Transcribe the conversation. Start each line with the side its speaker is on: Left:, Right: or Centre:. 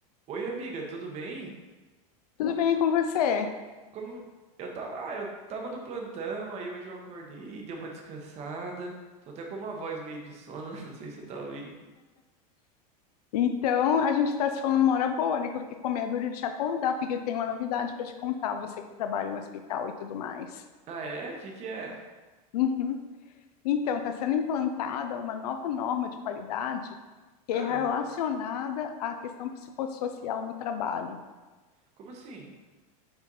Right: Oi, amiga, tudo bem?
Left: Tudo bem com você?
Right: Como eu tava, ah, eu tava no plantão, aí hoje eu acordei, dei uma descansada. Tô até com uma voz meio de sono, <laughs> não sei se você tá ouvindo.
Left: Então, a gente está se falando uma hora boa, né? Que eu fiquei com medo de te acordar, porque eu tenho uma novidade para te contar, você que trabalha em um hospital e tudo mais.
Right: Ah, é? Que que é?
Left: Uhum. Então, está sendo implantada uma nova norma de qualidade que
Right: Ah,
Left: é relacionada à questão psicossocial no trabalho.
Right: como assim?